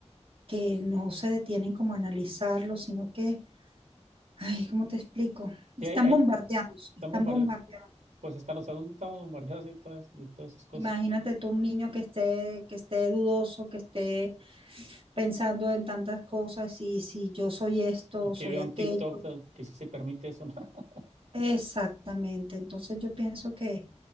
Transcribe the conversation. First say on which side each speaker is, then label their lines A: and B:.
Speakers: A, on the right; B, on the right.
A: que no se detienen como a analizarlo, sino que Ay, ¿cómo te explico? Están
B: Y ahí, ahí
A: bombardeados,
B: estamos
A: están
B: bombardeados,
A: bombardeados.
B: pues hasta los adultos estamos bombardeados de todas, de todas esas cosas.
A: Imagínate tú un niño que esté, que esté dudoso, que esté pensando en tantas cosas y si yo soy esto
B: Y
A: o
B: que
A: soy
B: veo
A: aquello.
B: un TikTok do- que sí se permite eso, ¿no? <laughs>
A: Exactamente. Entonces yo pienso que,